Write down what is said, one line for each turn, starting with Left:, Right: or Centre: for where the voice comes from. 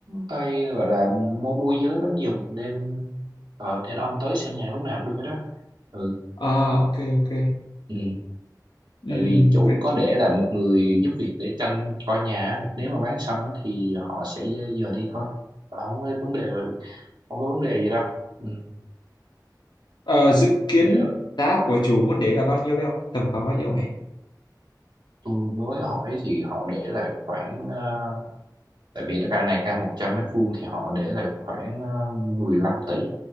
Right: tay gọi là mua môi giới bán giùm nên ờ, nên ông tới xem nhà lúc nào cũng được hết đó ừ,
Left: À ok ok.
Right: ừ.
Left: Ừm,
Right: tại vì chủ
Left: vậy
Right: có để lại một người giúp việc để tranh coi nhà á. nếu mà bán xong á, thì họ sẽ ờ, giờ đi thôi Và không có vấn đề không có vấn đề gì đâu Ừ.
Left: Ờ, dự kiến
Right: nếu
Left: giá của chủ môn đế là bao nhiêu đấy không? Tầm khoảng bao nhiêu vậy?
Right: tôi mới hỏi thì họ để lại khoảng ờ, tại vì căn này căn 100 mét vuông thì họ để lại khoảng ờ, mười lăm tỷ